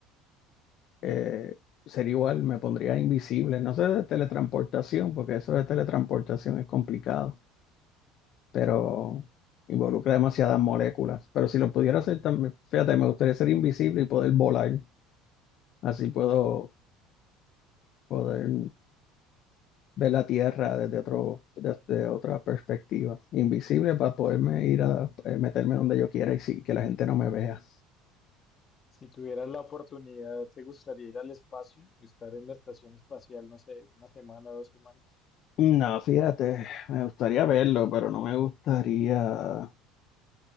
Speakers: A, on the left; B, on the left.
A: eh, sería igual, me pondría invisible. No sé de teletransportación, porque eso de teletransportación es complicado, pero involucra demasiadas moléculas. Pero si lo pudiera hacer también, fíjate, me gustaría ser invisible y poder volar. Así puedo poder ver la Tierra desde otro, desde otra perspectiva, invisible para poderme ir a eh, meterme donde yo quiera y sí, que la gente no me vea.
B: Si tuvieras la oportunidad, ¿te gustaría ir al espacio? Estar en la estación espacial, no sé, una semana, dos semanas.
A: No, fíjate, me gustaría verlo, pero no me gustaría,